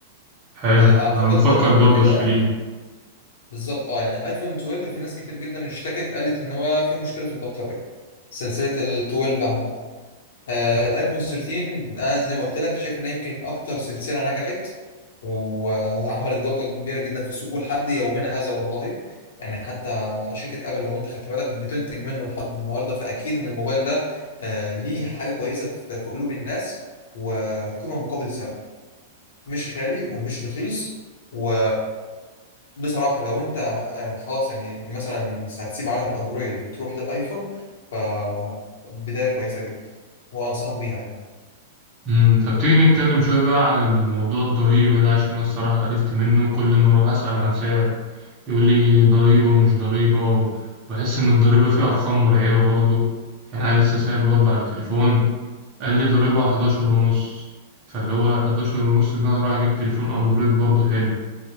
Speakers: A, on the right; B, on the left.
A: حلو
B: آه، أعتقد
A: انا بفكر
B: قبل
A: برضه
B: كده
A: اشتريه
B: بالظبط اه يعني ايفون 12 في ناس كتير جدا اشتكت قالت ان هو في مشكله في البطاريه سلسله ال 12 عامه آه الايفون 13 ده زي ما قلت لك شايف انها يمكن اكتر سلسله نجحت وعملت ضجه كبيره جدا في السوق ولحد يومنا هذا والله يعني حتى شركه ابل لو انت خدت بالك بتنتج منه لحد النهارده فاكيد ان الموبايل ده آه ليه حاجه كويسه في في قلوب الناس وقيمه مقابل سعر مش غالي ومش رخيص و بصراحة لو أنت آه، خلاص يعني مثلا هتسيب عالم الأندرويد وتروح للأيفون فبداية كويسة جدا وأنصحك بيها يعني
A: امم طب تيجي نتكلم شويه بقى عن الموضوع الضريبه ده عشان انا الصراحه عرفت منه كل ما اروح اسال عن سعر يقول لي ضريبه ومش ضريبه وبحس ان الضريبه فيه ارقام مرعبه برضه يعني انا لسه سائل برضه على التليفون قال لي ضريبها 11 ونص فاللي هو 11 ونص ده انا رايح اجيب تليفون اندرويد برضه حلو